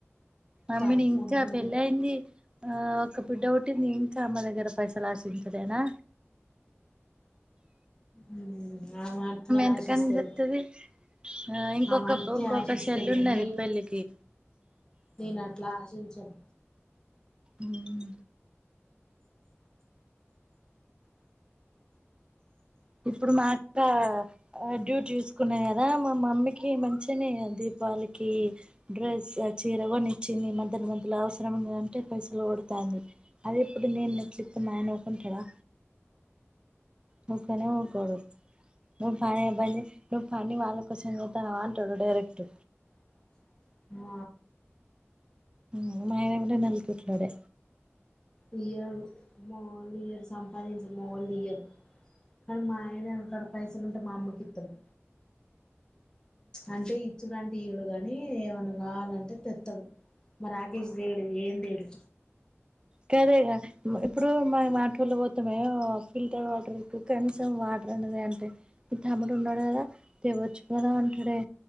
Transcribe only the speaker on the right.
అమ్మని
ఇంకా
పెళ్ళి అయింది ఆ ఒక బిడ్డ పుట్టింది ఇంకా అమ్మ దగ్గర పైసలు ఆశించి ఉట్టిదెనా
ఎంతకని
తెత్తది ఆ ఇంకొక
ఇంకొక
చెల్లి ఉన్నది
పెళ్ళికి
ఉమ్ ఇప్పుడు మా అక్క డ్యూటీ చూసుకున్నాయి కదా మా మమ్మీకి మంచిగానే అంది వాళ్ళకి డ్రెస్ చీర గొనిచ్చింది మంతుల మంతుల అవసరం అంటే పైసలు కొడతా అంది అదిప్పుడు <inaudible> కుంటాడా ముక్కనే ఊకోడు నువ్వు పని ఇబ్బంది నువ్వు పని వాళ్ళ కోసం చేత్తావా అంటాడు డైరెక్ట్
ఉమ్ మా అయన కూడా నలికిట్లోడే
కదే గదా ట్లు ఇప్పుడు మనం ఆటోలో పోతామే ఆ ఫిల్టర్డ్ వాటర్ <inaudible> కనీసం వాటర్ అన్నా దే అంటే మీ తమ్ముడు ఉన్నాడు కదా తేవచ్చు కదా అంటాడే